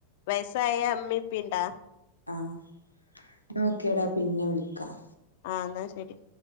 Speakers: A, on the left; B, on the left.
A: വയസ്സായ അമ്മി ഇപ്പണ്ടാ?
B: ആഹ് നോക്കിയടാ പിന്നെ വിളിക്കാം!
A: ആ എന്നാ ശരി!